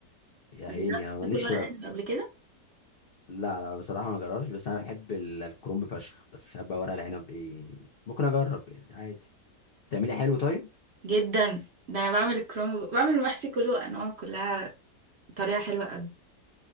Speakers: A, on the left (about 75°); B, on the right (about 50°).
A: يا عيني
B: جربت
A: انا ماليش
B: تاكل ورق
A: في
B: عنب قبل كده
A: لا لا بصراحه ما جربش بس انا بحب ال- الكرنب فشخ بس مش عارف بقى ورق العنب ايه يعني ممكن اجرب يعني عادي بتعملي حلو طيب
B: جدا ده انا بعمل الكرنب بعمل المحشي كله انواع كلها بطريقه حلوه قوي